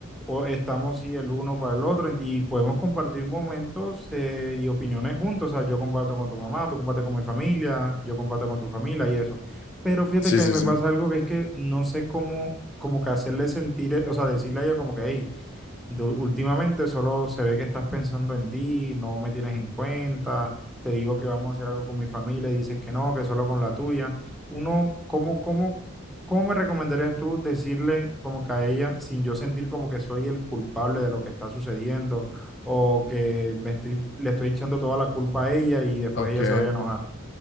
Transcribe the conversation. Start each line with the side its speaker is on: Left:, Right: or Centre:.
Centre: o estamos sí el uno para el otro y podemos compartir momentos eh, y opiniones juntos, o sea, yo comparto con tu mamá, tú compartes con mi familia, yo comparto con tu familia y eso. Pero fíjate
Left: Sí,
Centre: que
Left: sí,
Centre: a mí me
Left: sí.
Centre: pasa algo que es que no sé cómo, como que hacerle sentir, eh, o sea, decirle a ella como que, hey, Du- últimamente solo se ve que estás pensando en ti, no me tienes en cuenta, te digo que vamos a hacer algo con mi familia y dices que no, que solo con la tuya. Uno, ¿cómo, cómo, cómo me recomendarías tú decirle como que a ella sin yo sentir como que soy el culpable de lo que está sucediendo o que me estoy, le estoy echando toda la culpa a ella y después
Left: Ok.
Centre: ella se vaya a enojar?